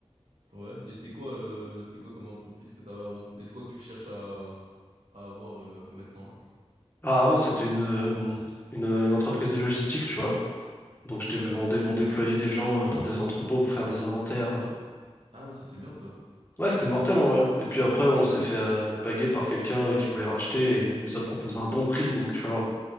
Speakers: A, on the right; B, on the left.
A: Ouais. Et c'était quoi, euh, c'était quoi comme entreprise que t'avais avant? Et c'est quoi que tu cherches à, à avoir euh, maintenant, là?
B: Ah, avant, c'était une, euh, une, une entreprise de logistique, tu vois. Donc,
A: Ok,
B: je dé-
A: ouais.
B: on, dé- on déployait des gens euh, dans des entrepôts pour faire des inventaires. euh.
A: Ah ouais, ça c'est bien, ça.
B: Ouais, c'était mortel en vrai. Et puis après, on s'est fait euh, alpaguer par quelqu'un euh, qui voulait racheter et il nous a proposé un bon prix. Donc, tu vois, on